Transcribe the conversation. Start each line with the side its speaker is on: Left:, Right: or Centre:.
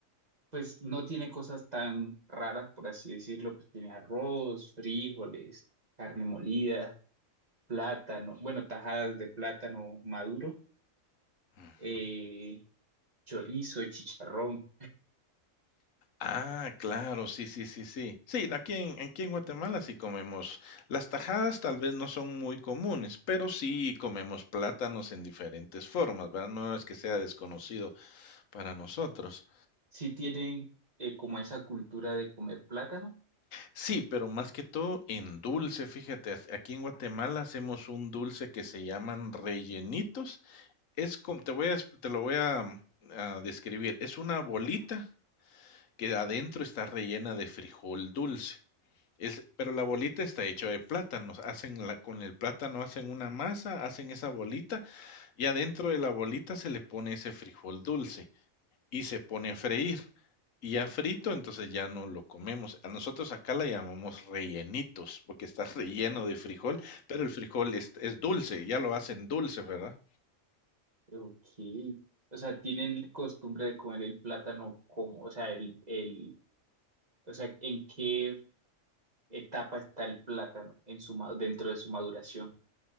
Right: pues no tiene cosas tan raras, por así decirlo, pues tiene arroz, frijoles, carne molida. plátano, bueno, tajadas de plátano maduro,
Left: Ujú.
Right: eh, chorizo, chicharrón.
Left: Ah, claro, sí, sí, sí, sí. Sí, aquí en, aquí en Guatemala sí comemos. Las tajadas tal vez no son muy comunes, pero sí comemos plátanos en diferentes formas, ¿verdad? No es que sea desconocido para nosotros.
Right: Sí tienen eh, como esa cultura de comer plátano.
Left: Sí, pero más que todo en dulce, fíjate, as- aquí en Guatemala hacemos un dulce que se llaman rellenitos. Es como, te voy a, exp- te lo voy a, mm, a describir. Es una bolita que adentro está rellena de frijol dulce. Es, pero la bolita está hecha de plátanos. Hacen la, con el plátano hacen una masa, hacen esa bolita y adentro de la bolita se le pone ese frijol dulce y se pone a freír. Y ya frito, entonces ya no lo comemos. A nosotros acá la llamamos rellenitos, porque está <laughs> relleno de frijol, pero el frijol es, es dulce, ya lo hacen dulce, ¿verdad?
Right: Ok. O sea, tienen costumbre de comer el plátano como, o sea, el, el, o sea, ¿en qué etapa está el plátano en su, ma- dentro de su maduración?